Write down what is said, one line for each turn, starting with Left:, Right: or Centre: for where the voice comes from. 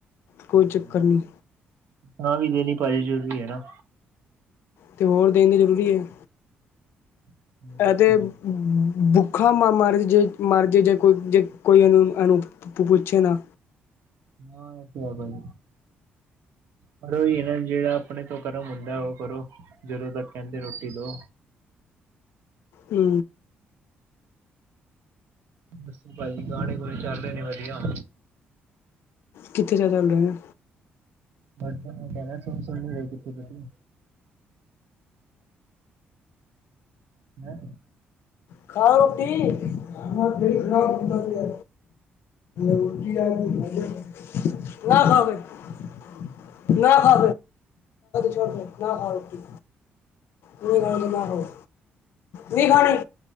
Left: ਕੋਈ
Right: ਹੂੰ,
Left: ਚੱਕਰ ਨਹੀਂ
Right: ਤਾਂ ਵੀ ਦੇਣੀ ਭਾਜੀ ਜ਼ਰੂਰੀ ਹੈਨਾ।
Left: ਤੇ ਹੋਰ ਦੇਣੀ ਜ਼ਰੂਰੀ ਹੈ
Right: ਹੋਰ ਦੱਸੋ
Left: ਇਹ ਤੇ
Right: ਜੀ।
Left: ਭੁਖਾ ਮਰ ਜੇ-ਮਰ ਜੇ, ਕੋਈੇ-ਕੋਈ ਜੇ ਇਹਨੂੰ ਪੁ-ਪੁ, ਪੁੱਛੇ ਨਾ।
Right: ਹਾਂ, ਇਹ ਤੇ ਹੈ ਭਾਈ। ਪਰ ਉਹੀ ਨਾ ਜਿਹੜਾ ਆਪਣੇ ਤੋਂ ਕਰਮ ਹੁੰਦਾ ਉਹ ਕਰੋ, ਜਦੋਂ ਤੱਕ ਕਹਿੰਦੇ ਰੋਟੀ ਦਓ।
Left: ਹੂੰ।
Right: ਦੱਸੋ ਭਾਜੀ ਗਾਣੇ-ਗੁਣੇ ਚੱਲ ਰਹੇ ਨੇ ਵਧੀਆ।
Left: ਕਿੱਥੇ ਜ਼ਿਆ ਚੱਲ ਰਹੇ ਨੇ?
Right: ਬਸ ਮੈਂ ਕਹਦਾ ਸੁਣ-ਸੁਣੀ ਰੇ ਕਿਥੇ ਤੁਸੀ? ਹੈਂ।
Left: ਖਾ ਰੋਟੀ, ਮੇਰਾ ਦਿਲ ਖਰਾਬ ਹੁੰਦਾ ਪਿਆ। ਰੋਟੀ ਨਾ ਖਾ ਫੇਰ। ਨਾ ਖਾ ਫਿਰ, ਨਾ ਖਾ ਛੋਣ ਦੇ, ਨਾ ਖਾ ਰੋਟੀ। ਨਹੀਂ ਖਾਣੀ ਤਾਂ ਨਾ ਖਾਓ, ਨੀ ਖਾਣੀ।